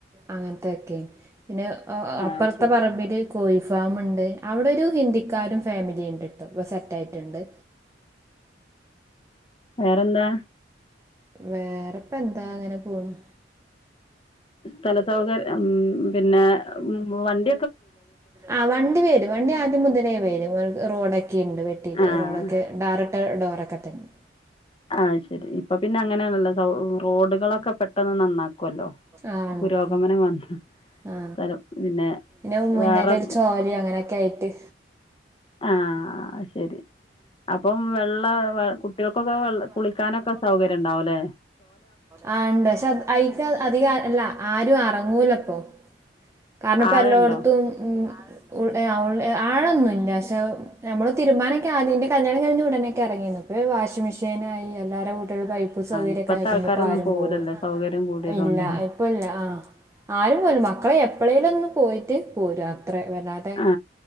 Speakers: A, on the right; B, on the left.
A: അങ്ങനത്തൊക്കെയ പിന്നെ
B: ആ
A: അപ്പുറത്തെ
B: ശരി
A: പറമ്പിൽ കോഴി ഫാമ്ഉണ്ട് അവിടെ ഒരു ഹിന്ദിക്കാരും ഫാമിലിയും ഉണ്ടിട്ടോ ഇപ്പോ സെറ്റ് ആയിട്ടുണ്ട്.
B: വേറെന്താ
A: വേറെപ്പോ എന്താ അങ്ങനെ പോണ്
B: സ്ഥല സൗകര്യം ഉ പിന്നെ വണ്ടി
A: ആ വണ്ടി വരും വണ്ടി ആദ്യം മുതലേവരും റോഡൊക്കെ ണ്ട് വെട്ടി
B: ആ
A: റോഡൊക്കെ ടാറിട്ട ഡോറൊക്കെ തന്നെ
B: ആ ശരി ഇപ്പൊ പിന്നെ അങ്ങനെയണല്ലോ റോഡുകളൊക്കെ പെട്ടെന്ന് നന്നാക്കും ക്കല്ലോ
A: ആ
B: പുരോഗമനം
A: ഉണ്ട്
B: വന്ന്
A: ആ
B: സ്ഥലം പിന്നെ
A: പിന്നെ മുന്നിൽ
B: വേറെ
A: ഒരു ചോല അങ്ങനെയൊക്കെ ആയിട്ട്
B: ആ ആ ശരി അപ്പം വെള്ള കുട്ടികൾക്കൊക്കെെ
A: ഇതിനൊക്കൊക്കെ
B: കുളിക്കാനൊക്കെ സൗകര്യം
A: വെള്ള
B: ഉണ്ടാവുമല്ലേ?
A: ആ ഉണ്ട് പക്ഷെ അയിക്ക് അധികം അല്ല ആരും അറങ്ങൂലപ്പൊ കാരണം ഇപ്പ
B: ആഴണ്ടോ?
A: എല്ലായിടത്തും ഉ ഉ ആഴൊന്നും ഇല്ല പക്ഷെ നമ്മള് തീരുമാനൊക്കെ ആദ്യന്റെ കല്യാണം കഴിഞ്ഞ് ഉടനൊക്കെ ഇറങ്ങി
B: ഉ <inaudible>
A: മിഷ്യനായി എല്ലാരുടെ വീട്ടുകളിൽ പൈപ്പും സൗകര്യമൊക്കെ
B: ഇപ്പത്തെ
A: ആ
B: ആൾക്കാരൊന്നും
A: കുമ്പോ ആരും
B: പോവൂലല്ലോ
A: പോകും
B: സൗകര്യം കൂടിയതോണ്ട്.
A: ഇല്ല. ല്ല ആ ആരും പോലും മക്കളെ എപ്പളെ പോയിട്ട് പോരും അത്ര വല്ലാതെ
B: ആ.